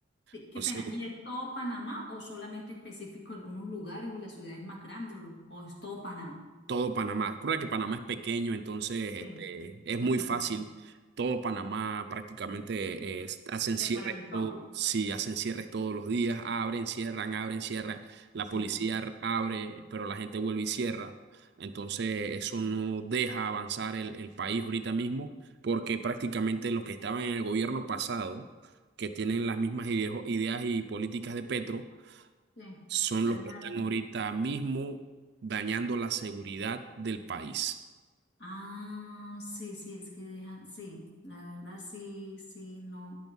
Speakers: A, on the left; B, on the right.
A: Sí,
B: entonces
A: Qué pena. ¿Y es todo Panamá o solamente específico algunos lugares o las ciudades más grandes o, lo- o es todo Panamá?
B: todo Panamá. Ocurre que Panamá es pequeño, entonces este,
A: Sí,
B: es muy
A: sí, sí,
B: fácil.
A: sí.
B: Todo Panamá prácticamente es- hacen
A: Se
B: cierres
A: paralizó.
B: todo, sí, hacen cierres todos los días, abren, cierran, abren, cierran. La
A: Sí,
B: policía
A: sí.
B: r- abre, pero la gente vuelve y cierra. Entonces eso no deja avanzar el, el país ahorita mismo, porque prácticamente los que estaban en el gobierno pasado, que tienen las mismas ideo- ideas y políticas de Petro,
A: Sí,
B: son
A: dañaron.
B: los que están ahorita mismo dañando la seguridad del país.
A: Ah, sí, sí, es que dejan, sí, la verdad sí, sí, no.